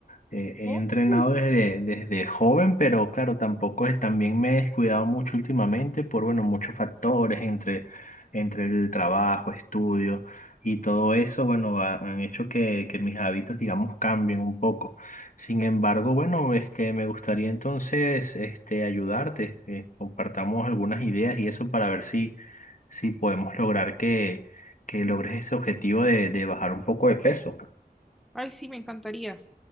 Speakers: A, on the left; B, in the centre.
A: Eh, he
B: Oh.
A: entrenado desde, desde joven, pero claro, tampoco es, también me he descuidado mucho últimamente por, bueno, muchos factores entre, entre el trabajo, estudio y todo eso, bueno, ha- han hecho que, que mis hábitos, digamos, cambien un poco. Sin embargo, bueno, este, me gustaría entonces, este, ayudarte, eh, compartamos algunas ideas y eso para ver si, si podemos lograr que, que logres ese objetivo de, de bajar un poco de peso.
B: Ay, sí, me encantaría.